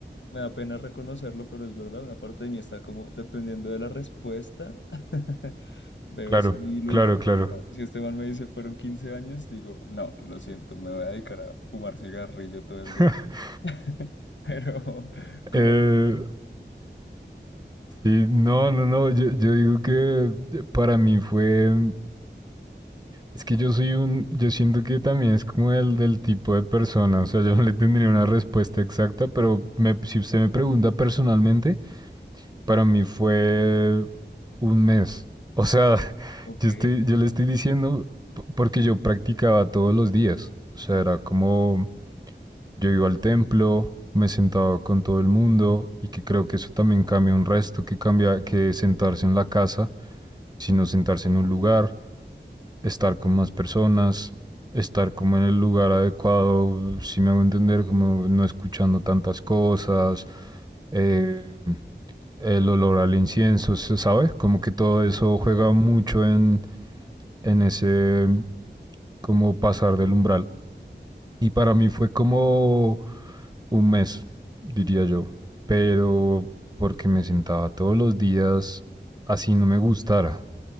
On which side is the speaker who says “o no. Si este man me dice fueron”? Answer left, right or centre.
Left